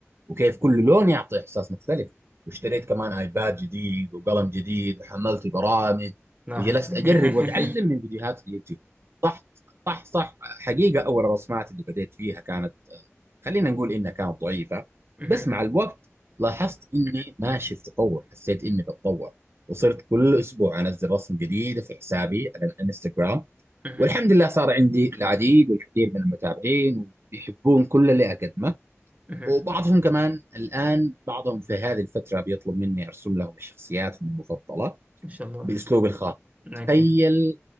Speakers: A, on the right; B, on the right.
A: وكيف كل لون يعطي احساس مختلف واشتريت كمان ايباد جديد وقلم جديد وحملت برامج
B: نح
A: وجلست
B: <laughs>
A: اجرب واتعلم من فيديوهات اليوتيوب صح صح صح حقيقه اول الرسمات اللي بديت فيها كانت خلينا نقول انها كانت ضعيفه
B: مهم.
A: بس مع الوقت لاحظت اني ماشي في تطور حسيت اني بتطور وصرت كل اسبوع انزل رسم جديده في حسابي على الانستغرام
B: مهم.
A: والحمد لله صار عندي العديد والكثير من المتابعين ويحبون كل اللي اقدمه
B: مهم.
A: وبعضهم كمان الآن بعضهم في هذه الفترة بيطلب مني أرسم لهم شخصياتهم المفضلة
B: إن شاء الله
A: بأسلوبي الخاص
B: أوكي
A: تخيل